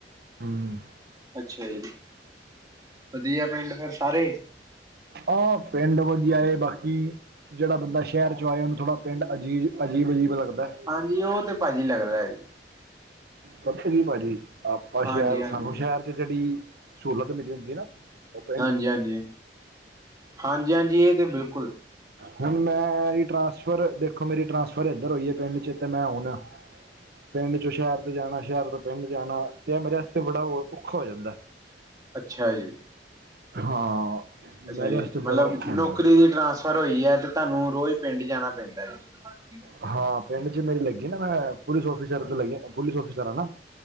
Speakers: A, on the right; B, on the right.
A: ਹਮ
B: ਅੱਛਾ ਜੀ, ਵਧੀਆ ਪਿੰਡ ਫਿਰ ਸਾਰੇ।
A: ਆ ਪਿੰਡ ਵਧੀਆ ਏ ਬਾਕੀ, ਜਿਹੜਾ ਬੰਦਾ ਸ਼ਹਿਰ 'ਚੋ' ਆਏ ਉਹਨੂੰ ਥੋੜਾ ਪਿੰਡ ਅਜੀਬ-ਅਜੀਬ, ਅਜੀਬ ਲੱਗਦਾ।
B: ਹਾਂਜੀ, ਉਹ ਤੇ ਭਾਜੀ ਲੱਗਦਾ ਐ।
A: ਪਤਾ ਕੀ ਭਾਜੀ, ਆਪਾਂ
B: ਹਾਂਜੀ
A: ਸ਼ਹਿਰ,
B: ਹਾਂਜੀ
A: ਸਾਨੂੰ
B: ਹਾਂਜੀ
A: ਸ਼ਹਿਰ ਤੇ ਜਿਹੜੀ ਸਹੂਲਤ ਮਿਲੀ ਹੁੰਦੀ ਹੈ ਨਾ। ਪਿੰਡ
B: ਹਾਂਜੀ-ਹਾਂਜੀ, ਹਾਂਜੀ-ਹਾਂਜੀ ਇਹ ਤੇ ਬਿਲਕੁੱਲ।
A: ਹੁਣ ਮੈਂਰੀ ਟ੍ਰਾਂਸਫਰ, ਦੇਖੋ ਮੇਰੀ ਟ੍ਰਾਂਸਫਰ ਇੱਧਰ ਹੋਈ ਐ ਪਿੰਡ 'ਚ' ਤੇ ਮੈਂ ਹੁਣ ਪਿੰਡ 'ਚ' ਸ਼ਹਿਰ ਤੇ ਜਾਣਾ, ਸ਼ਹਿਰ ਤੋਂ ਪਿੰਡ ਜਾਣਾ ਤੇ ਇਹ ਮੇਰੇ ਵਾਸਤੇ ਬੜਾ ਉਹ ਔਖਾ ਹੋ ਜਾਂਦਾ।
B: ਅੱਛਿਆ ਜੀ।
A: ਹਾਂ।
B: ਅੱਛਾ
A: ਮੇਰੇ
B: ਜੀ,
A: ਵਾਸਤੇ
B: ਮਤਲਬ
A: ਬੜਾ ਔਖਾ ਹੁੰਦਾ
B: ਨੌਕਰੀ ਦੀ ਟਰਾਂਸਫਰ ਹੋਈ ਐ ਤੇ ਤੁਹਾਨੂੰ ਰੋਜ਼ ਪਿੰਡ ਜਾਣਾ ਪੈਂਦਾ। ' <inaudible>
A: ਹਾਂ ਪਿੰਡ 'ਚ' ਮੇਰੀ ਲੱਗੀ ਨਾ, ਮੈਂ ਪੁਲਿਸ ਆਫਿਸਰ ਤੇ ਲੱਗੀ, ਪੁਲਿਸ ਆਫਿਸਰ ਆ ਨਾ।